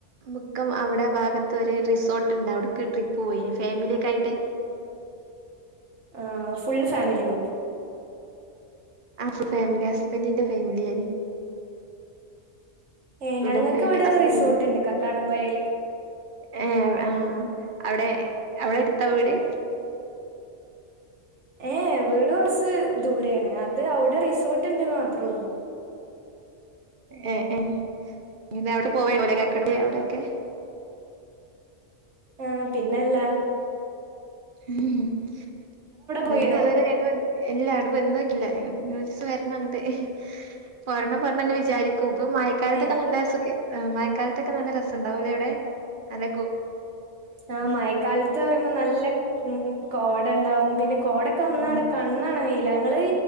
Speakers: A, on the right; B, on the right.
A: മുക്കം അവിടെ ഭാഗത്ത് ഒരു റിസോർട്ടുണ്ട് അവിടെക്കെ ട്രിപ്പ് പോയിനി ഫാമിലിയെക്ക് ആയിട്ട്
B: ആ ഫുൾ ഫാമിലിയോ
A: ആ ഫ ഫാമിലി ഹസ്ബന്റിന്റെ ഫാമിലി
B: ഏ
A: ഇവിടത്തെ
B: ഞങ്ങൾക്ക് ഇവിടെ
A: ഹസ്ബൻഡ്
B: റിസോർട്ടുണ്ട് കക്കാടംപയൽ
A: ഏ ആ അവിടെ എവിടെ അടുത്താ വീട്
B: ഏ വീട് കൊറച്ച് ദൂരെയാണ് അത് അവിടെ റിസോർട്ടുണ്ടെന്നു മാ പത്രോള്ളൂ
A: ഏ ഏ ഇ അവിടെ പോവണ്ടലെ കാക്കട അവിടൊ ക്കെ
B: ആഹ പിന്നല്ലാ
A: ഉ <unintelligible>
B: പോയിണോ
A: എല്ലാരും ഇന്നുപറ്റ് ല്ല ഒരീസം വര് ണ്ണ ങ്ക് ട്ട് പോരണം പോരണം വിചാരിക്കും കു ഇപ്പം മയക്കാലത്തൊക്കെ
B: ഏ
A: നല്ലെ സുഗെ മഴക്കാലത്തൊക്കെ നല്ല രസം ണ്ടാവൂലേ അവിടെ അനക്കു
B: ആഹ മയ ക്കാൽ ത്ത് പറയുമ്പോ നല്ല ഉം ഉം കോട ഉണ്ടാവും പിന്നെ കോടൊക്കെ വന്നാടെ
A: ആഹ്
B: കണ്ണ ണ യിലാ ങ്ങള്